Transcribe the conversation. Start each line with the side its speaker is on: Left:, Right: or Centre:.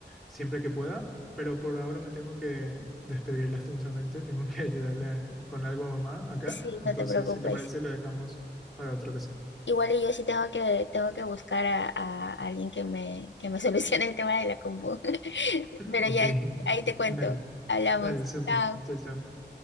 Centre: siempre que pueda, pero por ahora me tengo que despedir lastimosamente. Tengo que <laughs> ayudarle a- con algo a mamá acá.
Left: Sí,
Centre: Entonces,
Left: no te preocupes.
Centre: si te parece, lo dejamos para otra ocasión.
Left: Igual y yo sí tengo que, tengo que buscar a, a alguien que me, que me <laughs> solucione el tema de la compu. <laughs> Pero
Centre: Ok,
Left: ya
Centre: <laughs>
Left: ahí te cuento.
Centre: dale,
Left: Hablamos.
Centre: dale, súper.
Left: Chao.
Centre: Chao, chao.